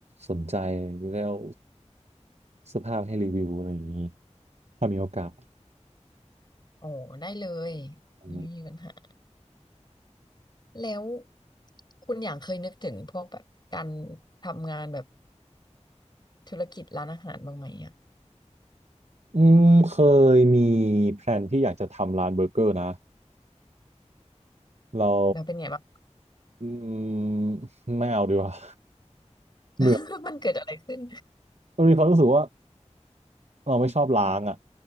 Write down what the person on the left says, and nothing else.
โอ้ได้เลย
ไม่มีปัญหาแล้วคุณอย่างเคยนึกถึงพวกแบบการทำงานแบบธุรกิจร้านอาหารบ้างไหมอ่ะ
แล้วเป็นไงบ้าง
<laughs> มันเกิดอะไรขึ้น